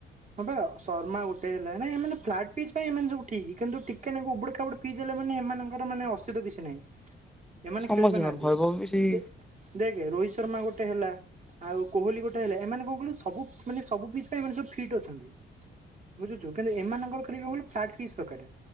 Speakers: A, on the right; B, in the centre.
A: ହଁ ପା ଶର୍ମା ଗୋଟେ ହେଲାଣି ମାନେ ଫ୍ଲାଟ ବି ଏମାନେ ସବୁ ଠିକି। କିନ୍ତୁ ଟିକେ ନାକୁ ଉବୁଡୁ ଖାବୁଡୁ ଫିଜି ହେଲା ମାନେ ଏମାନଙ୍କର ମାନେ ସୁଧ କିଛି ନାହିଁ। ଏମାନେ
B: ସମସ୍ତଙ୍କର
A: ଖେଳି ପାରୁନାହାଁନ୍ତି
B: ଭୈଭବ
A: ।
B: ବି ସେଇ
A: ଦେ ଦେଖ ରୋହିତ୍ ଶର୍ମା ଗୋଟେ ହେଲା। ଆଉ କୋହଲି ଗୋଟେ ହେଲା ଏମାନେ କଣ କହିଲୁ ସବୁ ମାନେ ସବୁ ପିଚ୍ ପାଇଁ ଏମାନେ ସବୁ ଫିଟ୍ ଅଛନ୍ତି। ବୁଝୁଛୁ କିନ୍ତୁ ଏମାନଙ୍କର ଖାଲି କଣ କହିଲୁ ଫ୍ଲାଟ ଫିସ୍ ଦରକାର।